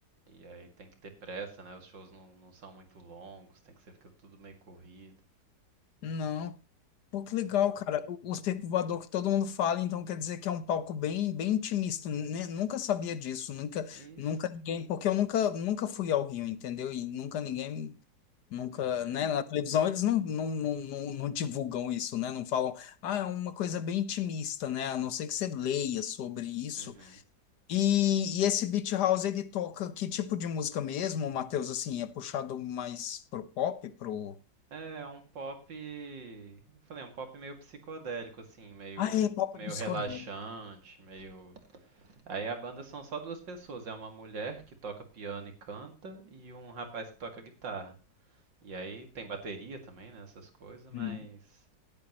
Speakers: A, on the right; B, on the left.
A: E aí tem que ter pressa, né? Os shows não, não são muito longos, tem que ser fica tudo meio corrido.
B: Não. Pô, que legal, cara. O, o circo voador que todo mundo fala, então quer dizer que é um palco bem, bem intimista. né? Nunca sabia disso, nunca,
A: É Isso.
B: nunca ninguém, porque eu nunca, nunca fui ao Rio, entendeu? E nunca ninguém, nunca,
A: Uhum.
B: né? Na televisão eles não, não, não, não, não divulgam isso, né? Não falam, ah, é uma coisa bem intimista, né? A não ser que você leia sobre isso.
A: Uhum.
B: E, e esse Beat House, ele toca que tipo de música mesmo, Matheus? Assim, é puxado mais pro pop, pro.
A: É, é um pop, eu falei, é um pop meio psicodélico assim, meio
B: Ah, é pop
A: meio
B: psicodélico.
A: relaxante, meio Aí a banda são só duas pessoas, é uma mulher que toca piano e canta e um rapaz que toca guitarra. E aí tem bateria também, né, essas coisas, mas
B: Hum.